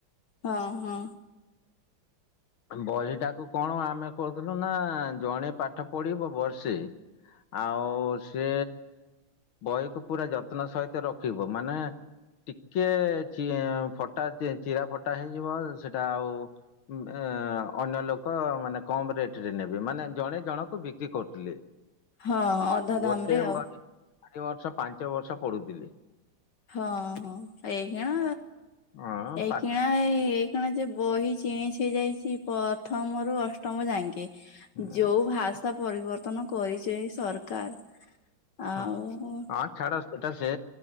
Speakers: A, on the left; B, on the left.
A: ହଁ ହଁ।
B: ବହିଟାକୁ କଣ ଆମେ କହୁଥିଲୁ ନା ଜଣେ ପାଠ ପଢିବ ବର୍ଷେ
A: <inaudible>
B: ଆଉ ସେ ବହିକୁ ପୁରା ଯତ୍ନ ସହିତ ରଖିବ। ମାନେ ଟିକେ ଫଟା ଚିରା ଫଟା ହେଇଯିବ ସେଟା ଆଉ ଏ ଅନ୍ୟ ଲୋକ ମାନେ କମ ରେଟ ରେ ନେବେ। ମାନେ ଜଣେ ଜଣକୁ ବିକ୍ରି କରୁଥିଲେ।
A: ହଁ ଅଧା
B: ଗୋଟେ
A: ଦାମ ରେ ଆଉ
B: ବହି ଚାରି ବର୍ଷ ପାଞ୍ଚ ବର୍ଷ ପଢୁଥିଲି।
A: ହଁ ହଁ ଏଇ କିଣା
B: ହଁ
A: ଏଇକଣା
B: ପାଠ
A: ଏଇ କଣ ଯେ ବହି ଚେଞ୍ଜ ହେଇଯାଇଛି ପ୍ରଥମ ରୁ ଅଷ୍ଟମ ଯାଙ୍କେ।
B: ଉଁ
A: ଯୋଉ ଭାଷା ପରିବର୍ତ୍ତନ କରିଛ ଏଇ ସରକାର ଆଉ
B: ହଁ ହଁ ଛାଡ଼ ସେଟା ସେ